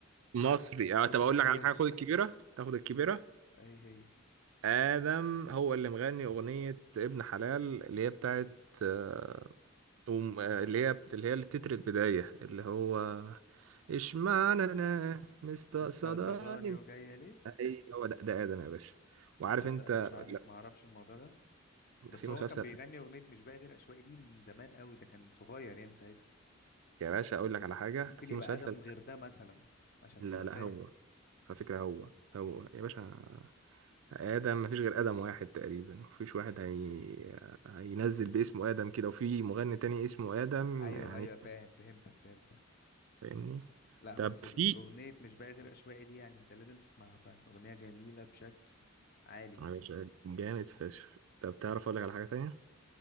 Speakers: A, on the right; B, on the left.
A: مصري اه
B: مصري
A: طب اقول لك على
B: اوي
A: حاجه خد الكبيره تاخد الكبيره
B: اي هي
A: ادم هو اللي مغني اغنيه ابن حلال اللي هي بتاعت آه، أم- آه، اللي هي اللي هي التتر البدايه اللي هو اشمعنى انا مستقصداني
B: مستقصداني وجاية ليه
A: اي هو ده, ده ادم يا باشا وعارف
B: تصدق
A: انت
B: انا مش عارف
A: لا
B: معرفش الموضوع ده بس
A: في مسلسل
B: هو كان بيغني اغنية مش باقي غير اشواقي دي من زمان اوي ده كان صغير يعني ساعتها
A: يا باشا اقول لك على حاجه
B: ممكن
A: في
B: يبقى
A: مسلسل
B: ادم غير ده مثلا عشان
A: لا
B: تبقى
A: لا
B: فاهم
A: هو على فكره هو هو يا باشا آدم مفيش غير آدم واحد تقريبا مفيش واحد هي... هينزل باسمه آدم كده وفي مغني تاني اسمه آدم
B: ايوه
A: يعني
B: ايوه فاهم فهمتك فهمتك
A: فاهمني
B: لا
A: طب
B: بس الاغنية
A: في
B: مش باقي غير اشواقي دي يعني انت لازم تسمعها فعلا اغنية جميلة بشكل عالي
A: معلش جامد فشخ طب تعرف أقول لك على حاجة تانية